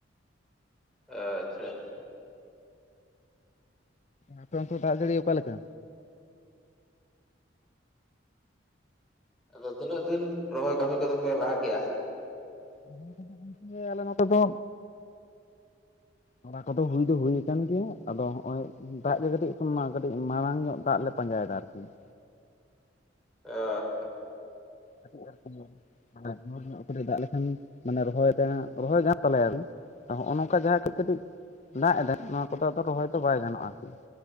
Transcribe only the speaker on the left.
ᱟᱯᱮ ᱚᱱᱛᱮ ᱫᱟᱜ ᱡᱟᱹᱲᱤ ᱚᱠᱟᱮᱠᱟ?
ᱨᱚᱦᱚᱭ ᱠᱟᱫᱟᱞᱮ ᱟᱞᱮ ᱱᱚᱛᱮ ᱫᱚ
ᱚᱱᱟ ᱠᱚᱫᱚ ᱦᱩᱭ ᱫᱚ ᱦᱩᱭᱟᱠᱟᱱ ᱜᱮᱭᱟ ᱟᱫᱚ ᱦᱚᱸᱜ-ᱚᱭ ᱫᱟᱜ ᱜᱮ ᱠᱟᱹᱴᱤᱡ ᱠᱟᱹᱴᱤᱡ ᱢᱟᱨᱟᱝ ᱧᱚᱜ ᱫᱟᱜ ᱞᱮᱫ ᱯᱟᱸᱡᱟ ᱭᱮᱫᱟ ᱟᱨ ᱠᱤ ᱾
ᱠᱟᱹᱴᱤᱡ ᱟᱨᱠᱤ ᱢᱟᱱᱮ ᱡᱩᱨ ᱧᱚᱜ ᱠᱟᱹᱴᱤᱡ ᱫᱟᱜ ᱞᱮᱠᱷᱟᱱ ᱜᱤ ᱢᱟᱱᱮ ᱨᱚᱦᱚᱭ ᱛᱮ ᱦᱟᱜ ᱨᱚᱦᱚᱭ ᱜᱟᱱᱚᱜ ᱛᱟᱞᱮᱭᱟ ᱟᱨ ᱠᱤ ᱾ ᱱᱚᱜᱼᱚ ᱱᱚᱝᱠᱟ ᱡᱟᱦᱟᱸ ᱠᱟᱹᱡ ᱠᱟᱹᱴᱤᱡ ᱫᱟᱜ ᱮᱫᱟ ᱱᱚᱣᱟ ᱠᱚᱫᱚ ᱟᱫᱚ ᱨᱚᱦᱚᱭ ᱫᱚ ᱵᱟᱭ ᱜᱟᱱᱚᱜᱼᱟ ᱟᱨᱠᱤ᱾